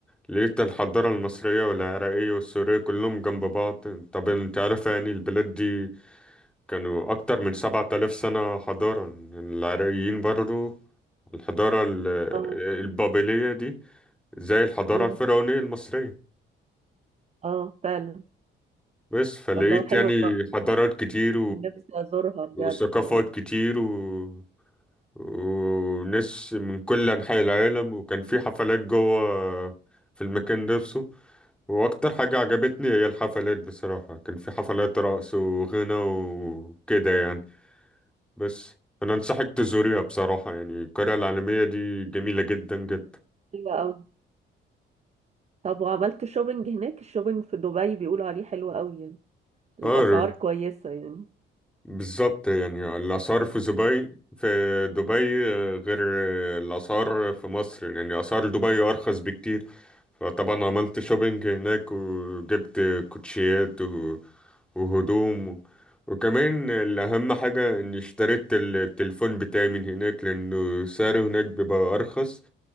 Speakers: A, in the centre; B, on the right (about 35°).
A: لقيت الحضارة المصرية والعراقية والسورية كلهم جنب بعض طبعا انت عارف يعني البلاد دي كانوا أكتر من سبعة آلاف سنة حضارة يعني العراقيين برضو الحضارة ال-
B: اه
A: البابلية دي زي الحضارة
B: أمم.
A: الفرعونية المصرية
B: اه فعلا
A: بس فلقيت
B: الله حلوة
A: يعني حضارات كتير
B: نفسي أزورها بجد
A: وثقافات
B: يعني
A: كتير و... وناس من كل أنحاء العالم وكان في حفلات جوه في المكان نفسه وأكتر حاجة عجبتني هي الحفلات بصراحة كان في حفلات رقص وغنى وكده يعني بس أنا أنصحك تزوريها بصراحة يعني القرية العالمية دي جميلة جدا جدا
B: حلوة أوي طب وعملت شوبينج هناك الشوبينج في دبي بيقولوا عليه حلو أوي يعني الأسعار
A: اه
B: كويسة يعني
A: بالظبط يعني الآثار في دبي في دبي غير الآثار في مصر يعني آثار دبي أرخص بكتير طبعا عملت شوبينج هناك وجبت كوتشيات و- وهدوم و- وكمان الأهم حاجة إني اشتريت ال- التليفون بتاعي من هناك لأنه سعره هناك بيبقى أرخص